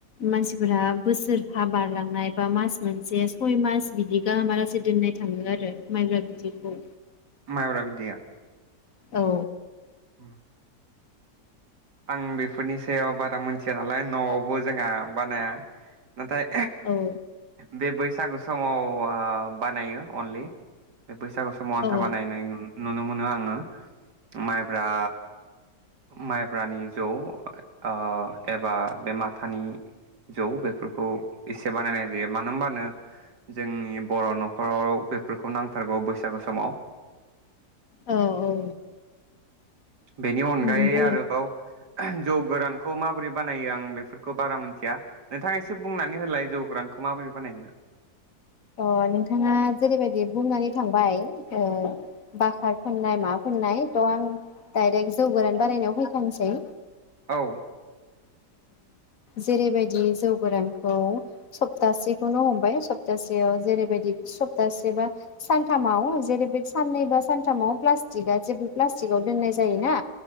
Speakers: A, on the left; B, on the right.
A: मानसिफोरा बोसोरफा बारलांनाय बा मास मोनसे सय मास बिदि गाहामालासे दोननाय थाङो आरो माइब्रा बिदैखौ
B: माइब्रा बिदैया
A: औ।
B: उम आं बेफोरनि सायाव बारा मिथिया नालाय न'आवबो जोंहा बानाया नाथाय
A: औ
B: बे बै बैसागु समाव आं बानायो अनलि बे बै समाव आन्था
A: औ
B: बानायनाय नुनो मोन मोना आङो। माइब्रा माइ खब्रानि जौ आ एबा बे माथानि जौ बेफोरखौ एसे बानायनाय जायो मानो होनबानो जोंनि बर न खर'आव बेफोरखौ नांग थारगाव बैसागु समाव
A: औ औ।
B: बेनि अनगायै
A: नंगौ
B: आरोबाव जौ आ गोरानखौ माबोरै बानायो आं बेफोरखौ बारा मिथिया नोंथाङा एसे बुंनानै होलाय जौ गोरानखौ माबोरै बानायो?
A: अ नोंथाङा जेरैबायदि बुंनानै थांबाय ओ बकार फोननाय मा फोननाय थ' आं डायरेक्ट जौ गोरान बारायनायाव फैखानोसै
B: औ।
A: जेरैबायदि जौ गोरानखौ सप्तासेखौनो हमबाय ओ ओ सप्तासेयाव जेरैबायदि सप्तासे बा सानथामाव जेरैबायदि साननै बा सानथामाव प्लास्टिकआ जेबो प्लास्टिकआव दोननाय जायोना।